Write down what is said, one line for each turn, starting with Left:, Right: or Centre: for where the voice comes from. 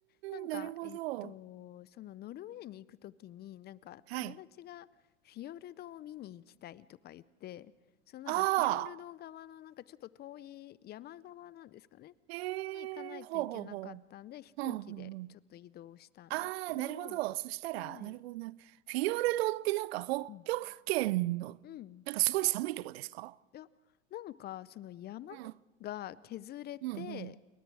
Left: なんか、
Right: ーん、なるほど。
Left: えっと、そのノルウェーに行くときに、なんか友達がフィヨルドを見に行きたいとか言って、
Right: はい。
Left: そのなんかフィヨルド側のなんかちょっと遠い山側なんですかね、
Right: ああ、ええ、
Left: に行かないといけなかったんで、
Right: ほうほうほ
Left: 飛行機でちょっと移動したんですけど、
Right: ううんうんうん。ああ、なるほど。そしたら、
Left: はい。
Right: なるほどな。フィヨルドってなんか北極圏の、
Left: うんうん。
Right: なんかすごい寒いとこですか
Left: いや、なんか、その山が削れて、
Right: うん、うん、うん。